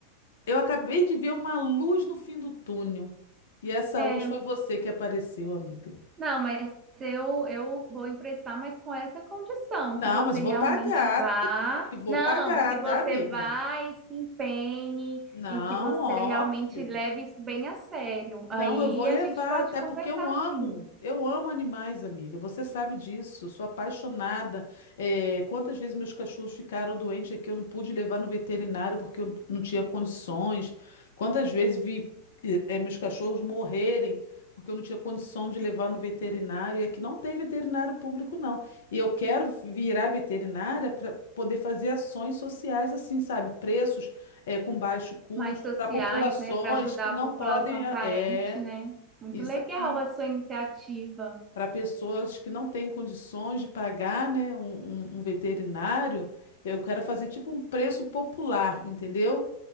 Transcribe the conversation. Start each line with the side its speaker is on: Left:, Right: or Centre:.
Left: Eu acabei de ver uma luz no fim do túnel. E essa
Right: É,
Left: luz foi você que apareceu, amiga.
Right: Não, mas eu, eu vou emprestar, mas com essa condição,
Left: Não,
Right: que você
Left: mas vou
Right: realmente
Left: pagar.
Right: vá,
Left: E vou
Right: não,
Left: pagar,
Right: que
Left: tá,
Right: você
Left: amiga?
Right: vá e se empenhe
Left: Não,
Right: e que você realmente
Left: óbvio.
Right: leve isso bem a sério.
Left: Não,
Right: Aí
Left: eu vou levar,
Right: a gente pode
Left: até
Right: conversar
Left: porque eu amo,
Right: sim,
Left: eu amo animais, amiga. Você sabe disso, sou apaixonada. É, quantas vezes meus cachorros ficaram doentes aqui, eu não pude levar no veterinário porque eu não tinha condições. Quantas vezes vi, eh, eh, meus cachorros morrerem porque eu não tinha condição de levar no veterinário. E aqui não tem veterinário público, não. E eu quero virar veterinária para poder fazer ações sociais assim, sabe? Preços é, com baixo custo,
Right: mais sociais,
Left: para populações
Right: né, para ajudar
Left: que não
Right: a população
Left: podem.
Right: carente,
Left: É, é,
Right: né? Muito
Left: isso
Right: legal
Left: aí.
Right: a sua iniciativa.
Left: Para pessoas que não têm condições de pagar, né, um, um- um veterinário, eu quero fazer tipo um preço popular, entendeu?